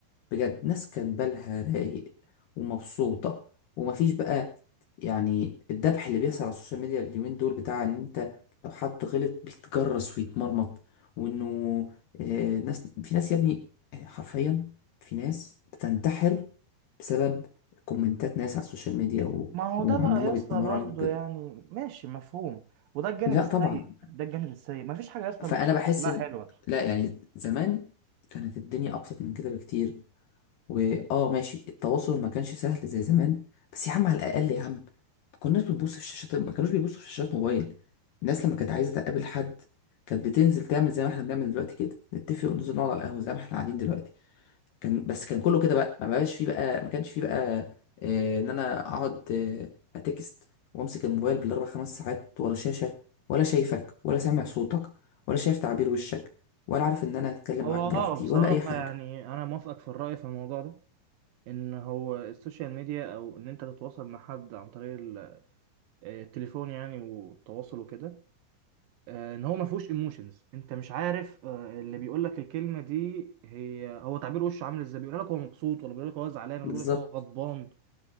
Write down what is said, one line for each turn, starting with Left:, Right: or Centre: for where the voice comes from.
Left: بجد ناس كان بالها رايق ومبسوطة ومفيش بقى يعني الدبح اللي بيحصل على السوشيال ميديا اليومين دول بتاع ان انت لو حد غلط بيتجرس ويتمرمط وانه آه ناس في ناس يا ابني آه، حرفيا في ناس بتنتحر بسبب كومنتات ناس على السوشيال ميديا و...
Right: ما هو
Left: وعن
Right: ده بقى
Left: ان هما
Right: يا
Left: بيتنمروا
Right: اسطى برضه
Left: عليهم كده
Right: يعني ماشي مفهوم وده الجانب
Left: لا
Right: السيء
Left: طبعا
Right: ده الجانب السيء مفيش حاجه يا اسطى
Left: فانا بحس
Right: لا
Left: ان
Right: حلوه
Left: لا يعني زمان كانت الدنيا ابسط من كده بكتير واه ماشي التواصل ما كانش سهل زي زمان بس يا عم على الاقل يا عم ما كناش بنبص في الشاشات ما كانوش بيبصوا في شاشات موبايل الناس لما كانت عايزه تقابل حد كانت بتنزل تعمل زي ما احنا بنعمل دلوقتي كده نتفق وننزل نقعد على القهوه زي ما احنا قاعدين دلوقتي كان بس كان كله كده بقى ما بقاش فيه بقى ما كانش فيه بقى آه ان انا اقعد آه اتكست وامسك الموبايل بالاربع خمس ساعات ورا شاشه ولا شايفك ولا سامع صوتك ولا شايف تعابير وشك ولا عارف ان انا اتكلم
Right: هو
Left: معاك
Right: اه
Left: براحتي
Right: بصراحة
Left: ولا اي حاجه
Right: يعني أنا موافقك في الرأي في الموضوع ده إن هو السوشيال ميديا أو إن أنت تتواصل مع حد عن طريق ال- آه، التليفون يعني والتواصل وكده آه، ان هو ما فيهوش ايموشنز انت مش عارف آه، اللي بيقول لك الكلمه دي هي هو تعبير وشه عامل ازاي بيقول لك هو مبسوط ولا بيقول لك هو زعلان ولا
Left: بالظبط
Right: بيقول لك هو غضبان